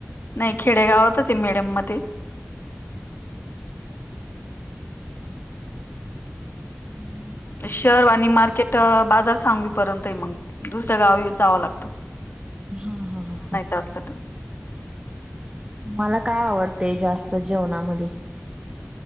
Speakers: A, on the left; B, on the right.
A: नाही खेडेगावातच आहे मिडियम मध्ये
B: <inaudible> <inaudible>
A: शहर आणि मार्केट बाजार सांगवीपर्यंत आहे मग, दुसऱ्या गावी जावं लागतं.
B: हा हा हा हा.
A: <unintelligible>
B: मला काय आवडतय जास्त जेवणामध्ये?